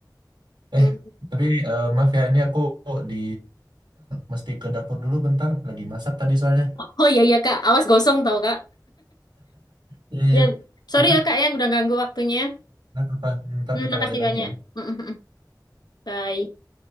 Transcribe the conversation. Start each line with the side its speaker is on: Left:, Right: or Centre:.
Left: ya?
Right: Eh tapi eh, maaf ya ini aku di mesti ke dapur dulu bentar. Lagi masak tadi soalnya.
Left: Oh iya iya Kak, awas gosong tau Kak.
Right: Iya iya.
Left: Ya, sorry
Right: Ntar,
Left: ya Kak ya udah ganggu waktunya.
Right: ntar apa? Ntar
Left: Hmm,
Right: kita
Left: makasih
Right: lanjut lagi
Left: banyak.
Right: ya.
Left: Mm, mm, mm. Bye.